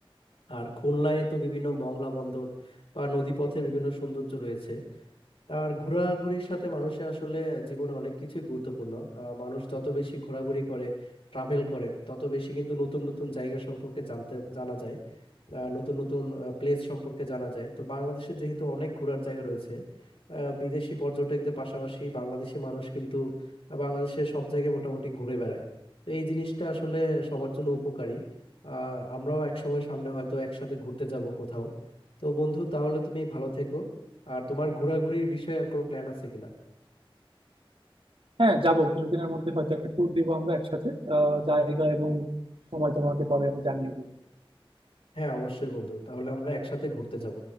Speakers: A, on the left; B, on the right.
A: আর খুলনায় তো বিভিন্ন মংলা বন্দর বা নদীপথের বিভিন্ন সৌন্দর্য রয়েছে আর ঘোরাঘুরির সাথে মানুষের আসলে জীবনে অনেক কিছুই গুরুত্বপূর্ণ আহ, মানুষ যত বেশি ঘোরাঘুরি করে ট্রাভেল করে তত বেশি কিন্তু নতুন নতুন জায়গা সম্পর্কে জানতে জানা যায় আহ, নতুন নতুন প্লেস সম্পর্কে জানা যায় তো বাংলাদেশের যেহেতু অনেক ঘোরার জায়গা রয়েছে আহ, বিদেশি পর্যটকদের পাশাপাশি বাংলাদেশি মানুষ কিন্তু বাংলাদেশের সব জায়গায় মোটামুটি ঘুরে বেড়ায় তো এই জিনিসটা আসলে সবার জন্য উপকারী আহ আমরাও এক সময় সামনে হয়তো একসাথে ঘুরতে যাব কোথাও তো বন্ধু তাহলে তুমি ভালো থেকো আর তোমার ঘোরাঘুরির বিষয়ে আর কোনো প্ল্যান আছে কিনা
B: হ্যাঁ যাবো কিছুদিনের মধ্যে হয়তো একটা ট্যুর দিব আমরা একসাথে আহ জায়গা এবং সময় তোমাকে পরে আমি জানিয়ে দিব
A: হ্যাঁ অবশ্যই বন্ধু তাহলে আমরা একসাথে ঘুরতে যাব